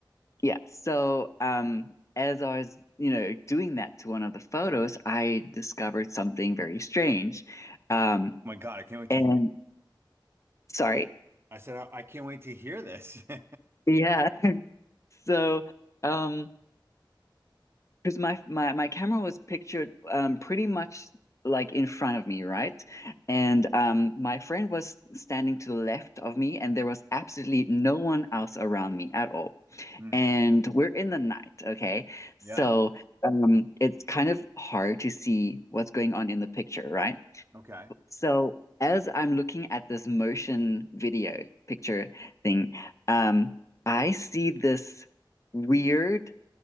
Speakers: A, on the left; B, on the right.
A: yeah. So, um as I was, you know, doing that to one of the photos, I discovered something very strange. Um
B: my God, I can't wait
A: and
B: to.
A: sorry.
B: I said, I, I can't wait to hear this. <laughs>
A: Yeah. So, um, because my my my camera was pictured um pretty much like in front of me, right? And um my friend was standing to the left of me and there was absolutely no one else around me at all.
B: Hmm.
A: And we're in the night, okay? So,
B: yeah.
A: um it's kind of hard to see what's going on in the picture, right?
B: okay.
A: So, as I'm looking at this motion video picture thing, um I see this weird